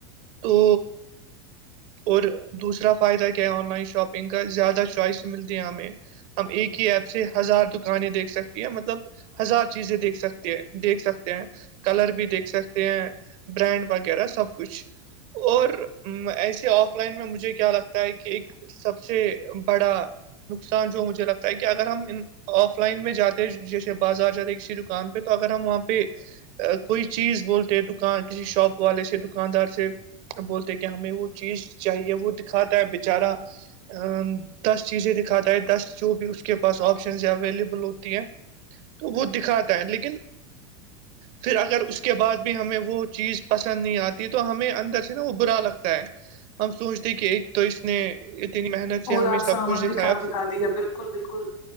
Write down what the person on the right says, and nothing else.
تو اور دوسرا فائدہ کیا ہے آن لائن شاپنگ کا زیادہ چوائس ملتی ہے ہمیں ہم ایک ہی ایپ سے ہزار دکانیں دیکھ سکتی ہیں مطلب ہزار چیزیں دیکھ سکتی ہیں دیکھ سکتے ہیں کلر بھی دیکھ سکتے ہیں برانڈ وغیرہ سب کچھ اور ایسے آف لائن میں مجھے کیا لگتا ہے کہ ایک سب سے بڑا نقصان جو مجھے لگتا ہے کہ اگر ہم آف لائن میں جاتے جیسے بازار جاتے کسی دکان پہ تو اگر ہم وہاں پہ کوئی چیز بولتے دکان کسی شاپ والے سے دکاندار سے بولتے ہیں کہ ہمیں وہ چیز چاہیے وہ دکھاتا ہے بےچارا
ا دس چیزیں دکھاتا ہے دس جو بھی اس کے پاس آپشنز اویلیبل ہوتی ہیں تو وہ دکھاتا ہے لیکن
پھر اگر اس کے بعد بھی ہمیں وہ چیز پسند نہیں آتی ہے تو ہمیں اندر سے نا وہ برا لگتا ہے ہم سوچتے کہ ایک تو اس نے اتنی محنت
سے ہمیں سب
کچھ دکھایا